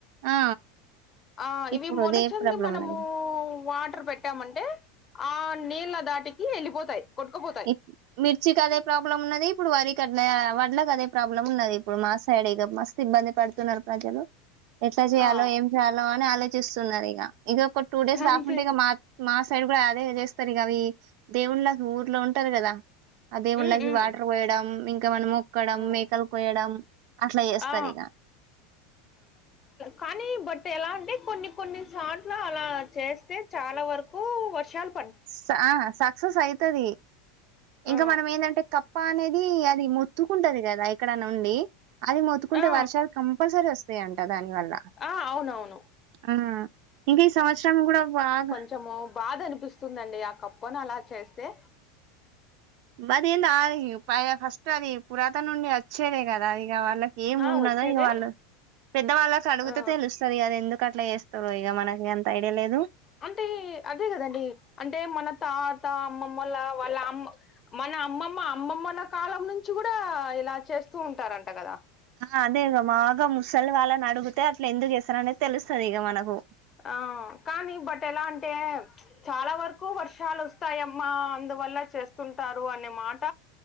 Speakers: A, on the right; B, on the left.
A: ఆ
B: ఆ
A: ఇప్పుడు
B: ఇవి మొలచంది
A: అదే ప్రాబ్లం
B: మనమూ
A: ఉన్నది
B: వాటర్ పెట్ పెట్టాం అంటే ఆ నీళ్ళ దాటికి ఎళ్ళిపొతయి. కొట్కపొత
A: ఇప్- మిర్చికి అదే ప్రాబ్లమ్ ఉన్నది. ఇప్పుడు వరి కడ్లే వడ్లకి అదే ప్రాబ్లమ్ ఉన్నది ఇప్పుడు మా సైడ్ ఇగ మస్త్ ఇబ్బంది పడుతున్నారు ప్రజలు. ఎట్ల చేయాలో
B: ఆ
A: ఏం చేయ లా అని ఆలోచిస్తున్నరు ఇగ ఇగ ఒక టూ డేస్
B: అంతే
A: రాకుంటె ఇగ మా మా సైడ్ గుడ అదే చేస్తర్ ఇగ అవి దేవుళ్ళకి ఊర్లో ఉంటరు గద ఆ దేవుళ్ళకి
B: ఉమ్ ఉమ్
A: వాటర్ వోయడం ఇంక ఏమన మోక్ క్కడం
B: ఉమ్.
A: మేకలు కొయడం అట్ల చేస్తర్
B: ఆ
A: ఇగ
B: కాని బట్ ఎలా అంటే కొన్ని కొన్ని సాట్ల అలా చేస్తే చాల వరకు వర్షాల్
A: సా సక్సెస్ అయ్తది
B: ఆ
A: ఇంక మనం ఏందంటే కప్ప అనేది అది మొత్తుకుంటది గద ఏక్కడన్న ఉండి అది మొతుకుంటే
B: ఆ
A: వర్షాలు కంపల్సరీ ఒస్తయంట దాని వల్ల
B: ఆ అవునవును
A: ఆ ఇంగ ఈ సంవత్సరం కూడ బాగ
B: మొత్తము బాధ అనిపిస్తుందండి ఆ కప్పను అలా చేస్తె
A: మది నా అయి ప ఫస్ట్ అది పురాతన నుండి వచ్చేదే గద ఇగ వాళ్ళకి ఏం
B: ఆ
A: ఉన్నదో
B: వచ్చేదే
A: ఇగ వళ్ళు పెద్ద వాళ్ళకి అడుగుతే
B: ఆ
A: తెలుస్తది గద ఎందుకు కట్ల చేస్తరొ ఇగ మనకి అంత ఐడియ లేదు
B: అంటే అదే గదండి అంటే మన తాత అమ్మమ్మల్ల వాళ్ళ అమ్ మన అమ్మమ్మ అమ్మమ్మల కాలం నుంచి గుడా ఇలా చేస్తూ ఉంటారంట గద
A: ఆ అదే ఇగ బాగ ముసలి వాళ్ళన్ అడుగుతే అట్ల ఎందుకు చెస్తరు అనేది తెలుస్తది ఇగ మనకు
B: ఆ కాని బట్ ఎలా అంటే చాల వర్కు వర్షాలు ఒస్తాయమ్మా అందువల్ల చెస్ తుంటారు అనే మాట